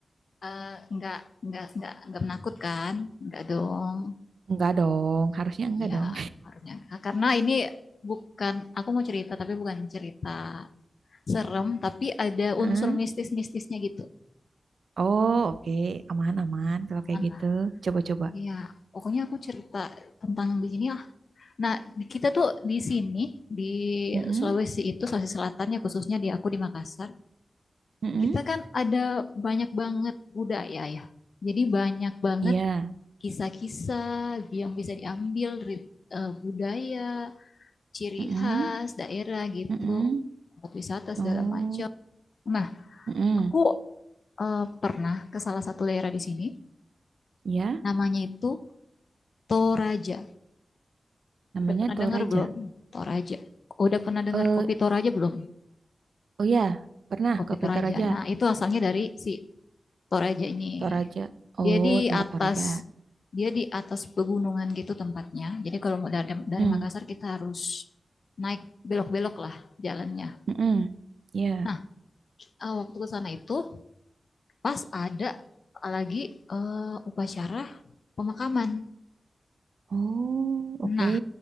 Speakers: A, on the left (about 60°); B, on the right (about 80°).
A: eh, enggak, enggak, enggak, enggak menakutkan. Enggak dong.
B: Enggak dong. Harusnya enggak
A: Iya,
B: dong.
A: harusnya. enggak. Karena ini bukan, aku mau cerita, tapi bukan cerita serem, tapi ada
B: <laughs>
A: unsur
B: Hah?
A: mistis-mistisnya gitu.
B: Oh, oke. Aman-aman kalau
A: Aman
B: kayak gitu.
A: lah.
B: Coba-coba.
A: Iya, pokoknya aku cerita tentang di sini Nah, kita tuh di sini, di
B: Mm-mm.
A: Sulawesi itu, Sulawesi Selatan ya khususnya di aku di Makassar,
B: Mm-mm.
A: kita kan ada banyak banget budaya ya. Jadi banyak banget
B: Iya.
A: kisah-kisah yang bisa diambil dari eh, budaya, ciri
B: Mm-mm.
A: khas daerah gitu,
B: Mm-mm.
A: tempat wisata segala
B: Oh.
A: macam. Nah,
B: Mm-mm.
A: aku eh, pernah ke salah satu daerah di sini,
B: Iya.
A: namanya itu Toraja.
B: Namanya
A: Udah pernah
B: Toraja.
A: dengar belum Toraja? Udah pernah dengar
B: Eh,
A: kopi Toraja belum?
B: oh ya, pernah
A: kopi
B: kopi
A: Toraja.
B: Toraja.
A: Nah, itu asalnya dari si Toraja ini.
B: Toraja.
A: Dia
B: Oh,
A: di
B: tempat
A: atas
B: Toraja.
A: dia di atas pegunungan gitu tempatnya. Jadi kalau mau dari, dari
B: Hmm,
A: Makassar kita harus naik belok-belok lah jalannya.
B: hmm, ya.
A: Nah, eh, waktu ke sana itu pas ada lagi eh, upacara pemakaman.
B: Oh, oke.
A: Nah,